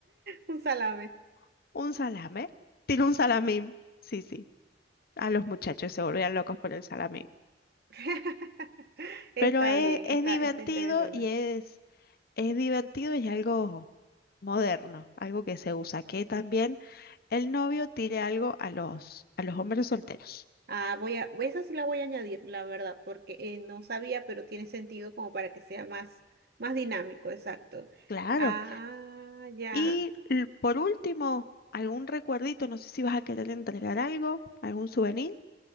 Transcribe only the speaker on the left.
<laughs> un salame. Tiró un salamín, sí, sí. A los muchachos se volvían locos por el salamín.
Pero es,
es
divertido
y es, es divertido y es algo moderno, algo que se usa, que también el novio tire algo a los, a los hombres solteros.
Claro.
Y l- por último, algún recuerdito, no sé si vas a querer entregar algo, algún souvenir.